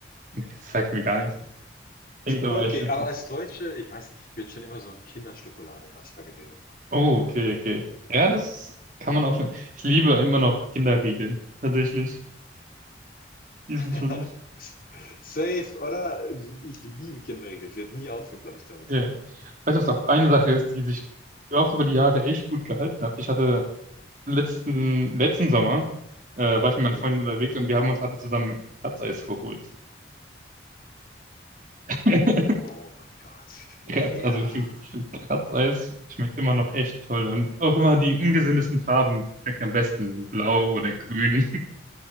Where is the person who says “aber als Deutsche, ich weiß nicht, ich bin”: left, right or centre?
Left